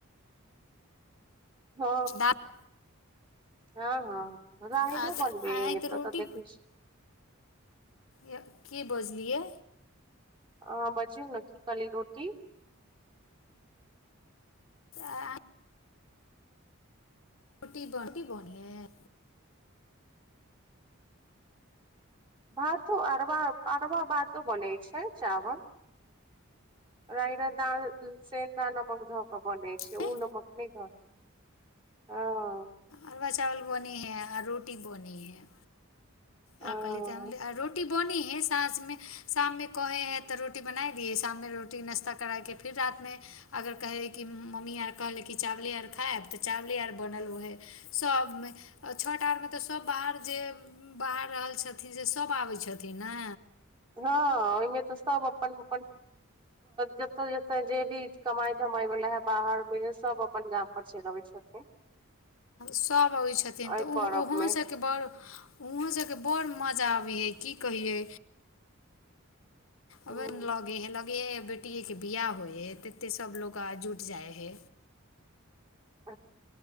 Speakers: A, on the right (about 25°); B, on the left (about 70°).
A: हँ
B: दालि
A: हँ हँ राहरो
B: अहाँ
A: बनबै ह तऽ
B: रोटी
A: तऽ देखै छी
B: य के बजलियै
A: आँह बाजियो न की काली रोटी
B: आ <unintelligible> रोटी रोटी बनीहे
A: भात अरवा अरवा भातो बने छै चावल रायरा द सेंन्दा नमक धऽ के बनै छै
B: हइ
A: ओ नमक नहि ध ह
B: अरवा चावल बनी है आ रोटी बनी है
A: हँ
B: आ कहली त रोटी बोनी है साँझमे शाममे कोहे है तऽ रोटी बनाई दी है शाममे रोटी नाश्ता कराके फिर रातमे अगर कहै हइ कि मम्मी आर कहलै कि चावले आर खायब तऽ चावले आर बनल ओएहे सभमे आ छठ आरमे तऽ सभ बाहर जे बाहर रहल छथिन से सभ आबैत छथिन ने
A: हँ ओहिमे तऽ सब अपन अपन जते जते जे भी कमाई धमाई वाल है बाहर मे सब अपन गाम छै नबै छथिन
B: सभ अबैत छथिन
A: एहि
B: तऽ ओ
A: परब
B: ओहोसँ
A: मे
B: बड़ उहों सबके बड़ मजा आबी हे की कहियै
A: ह
B: आबे लगे हे लगे हे बेटिके बिआह होइ है तते सभ लोग आ जुटि जाइ हे
A: हँ